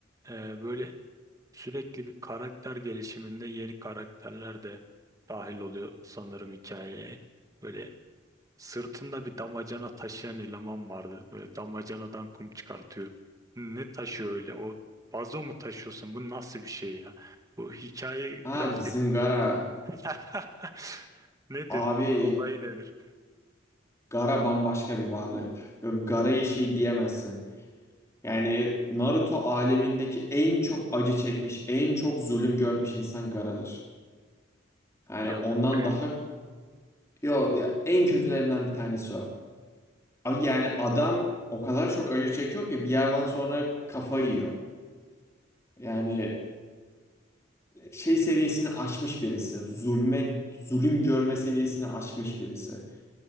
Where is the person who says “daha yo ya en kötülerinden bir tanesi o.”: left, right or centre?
Left